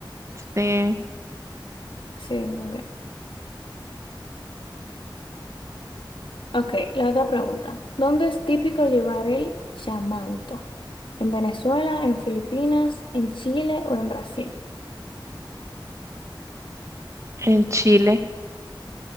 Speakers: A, on the right; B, on the left.
A: Sí,
B: Sí, muy bien. Ok, la otra pregunta. ¿Dónde es típico llevar el chamanto? ¿En Venezuela, en Filipinas, en Chile o en Brasil?
A: en Chile.